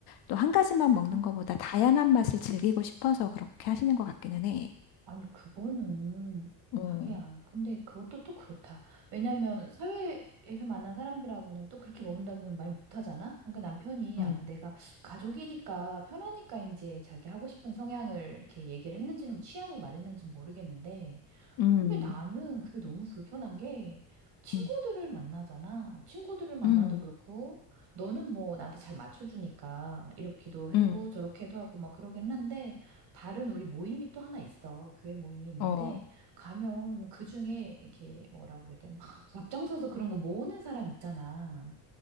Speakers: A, on the left; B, on the right.
A: 또 한 가지만 먹는
B: 아,
A: 것보다 다양한 맛을 즐기고 싶어서 그렇게 하시는 것 같기는 해.
B: 아니, 그거는,
A: 어.
B: 하기야. 근데 그것도 또 그렇다. 왜냐면, 사회에서 만난 사람들하고는 또 그렇게 먹는다고 하면 말 못하잖아? 그러니까 남편이
A: 음,
B: 아마 내가 가족이니까 편하니까 이제 자기 하고 싶은 성향을 이렇게 얘기를 했는지는 취향을 말했는지 모르겠는데,
A: 음,
B: 근데 나는 그게 너무 불편한 게 친구들을
A: 음,
B: 만나잖아. 친구들을 만나도
A: 음,
B: 그렇고 너는 뭐 나한테 잘 맞춰주니까 이렇게도 하고
A: 음,
B: 저렇게도 하고 막 그러긴 한데 다른 우리 모임이 또 하나 있어. 교회 모임이 있는데
A: 어,
B: 가면 그중에 이렇게 뭐라고 그래야 돼? 막 <laughs> 앞장서서 그런 거 모으는 사람 있잖아.